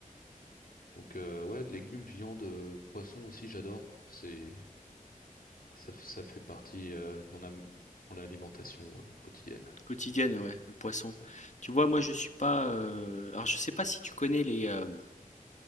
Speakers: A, on the left; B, on the left.
A: Donc euh, ouais, de légumes, viande, euh, poisson aussi, j'adore. C'est Ça, f- ça fait partie euh, de mon, am- mon alimentation euh, quotidienne.
B: quotidienne, ouais, le poisson.
A: Ouais.
B: Tu vois, moi, je suis pas. euh, Alors, je sais pas si tu connais les euh,